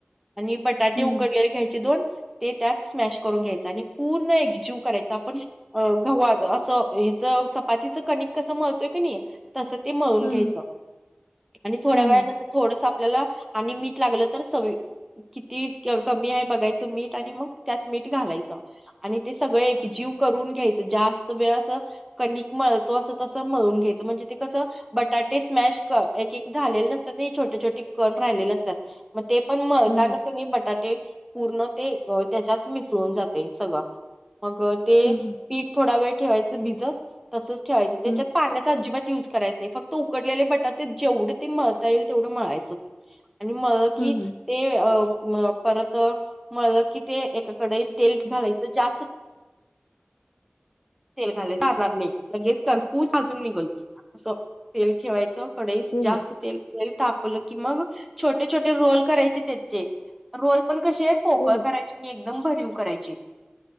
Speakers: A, in the centre; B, on the left.
A: आणि बटाटे
B: हं,
A: उकडलेले
B: हं.
A: घ्यायचे दोन. ते त्यात स्मॅश करून घ्यायचं आणि पूर्ण एकजीव करायचा आपण. अ गव्हा असं हेच चपातीच कणिक कसं मळतोय की नाही तस ते मळून
B: हं,
A: घ्यायचं
B: हं.
A: आणि थोड्या
B: हं,
A: वेळानं
B: हं.
A: थोडस आपल्याला आणि मीठ लागलं तर चावी किती कमी आहे बघायचं मीठ आणि मग त्यात मीठ घालायचं. आणि ते सगळं एकजीव करून घ्यायचं जास्त वेळ असं. कणिक मळतो असं तसं मळून घ्यायचं म्हणजे ते कसं. बटाटे स्मॅश एक एक झालेले नसतात नाही छोटे छोटे कन राहिलेले असतात. ते पण मळताना
B: हं, हं.
A: की नाही बटाट. पूर्ण ते त्याच्यात मिसळून जाते सगळं मग ते
B: हं, हं.
A: पीठ. थोडा वेळ ठेवायचं भिजत तसच ठेवायचं त्याच्यात
B: हं.
A: पाण्याचा अजिबात. युज करायच नाही फक्त उकडलेले बटाटे जेवढे ते मळता येईल तेवढं मळायचं आणि म. कि.
B: हं, हं. हं.
A: ए ओ म परत. माळलं की ते एका कढईत तेल घालायचं जास्त तेल घालेरणार नाही लगेच करपूस साजून निघल. असं तेल ठेवायचं कडइत
B: हो,
A: जास्त
B: हो.
A: तेल तेल तापवलं की मग छोटे छोटे. रोल करायचे त्याचे रोल पण कसे पोकळ
B: हो,
A: करायची आणि एकदम भरीव करायची.